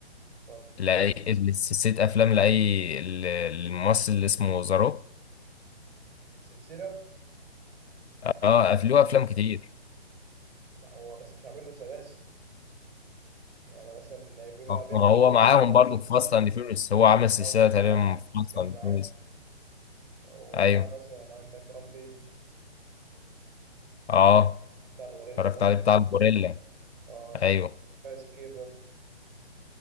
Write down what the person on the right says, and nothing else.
اتفضل
سلسلة
هو
ز-
هو بس مش عامل له سلاسل يعني مثلا بيبقى
بيعمل
فيلم
وخلاص
هو كان
معاه
كان
معاه
هو
معاه مثلا عندك رامبيج
بتاع الغوريلا
ده
اه
سكاي سكيبر